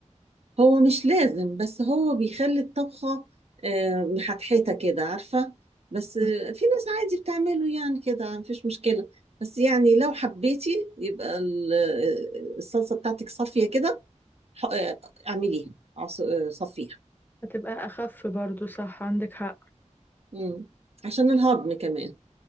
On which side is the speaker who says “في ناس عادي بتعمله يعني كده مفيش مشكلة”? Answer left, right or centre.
Right